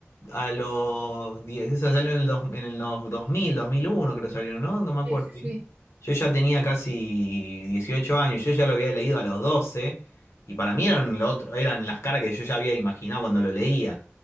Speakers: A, on the left; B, on the right.
A: a los 10 esa salió en el, dos, en el no- 2000, 2001 creo que salieron, ¿no? No me acuerdo
B: sí, sí,
A: bien.
B: sí.
A: Yo ya tenía casi 18 años, yo ya lo había leído a los 12 y para mí eran, lo otro, eran las caras que yo ya había imaginado cuando lo leía.